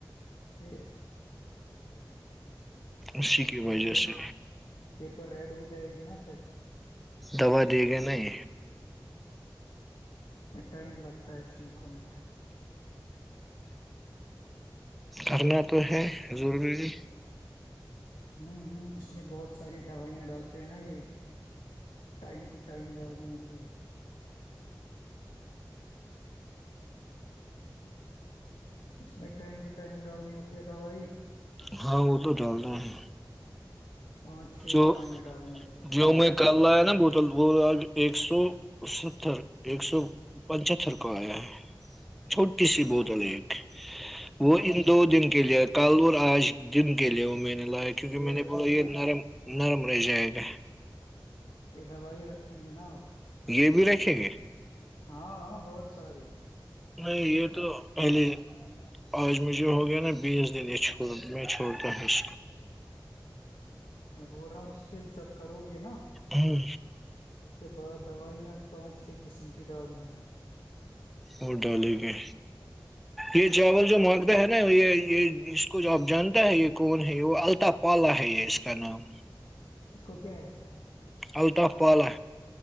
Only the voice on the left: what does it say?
ہوں
نہیں
یہ تو ریڈ ہو جائے گی نا پھر
میں ٹائم لگتا ہے ٹھیک ہونے میں
ہوں ہوں اس میں بہت ساری دوائیاں ڈالتے ہیں نا یہ ٹائم ٹو ٹائم لاگ بھی ہوتی ہے اس میں ٹائم ٹو ٹائم ڈالنی ہوتی ہے دوائی
پانچ چھ
دوائیاں ڈالنی ہوتی ہے
ہ
یہ
رکھیں
گے نا
یہ دوائی رکھیں گے نا اب
ہاں ہاں بہت ساری
میں بول رہا ہوں اس کے جب کرو گے نا
اس کے بعد دوائیاں پانچ چھ قسم کی ڈالنی ہیں
اس کو کیا ہے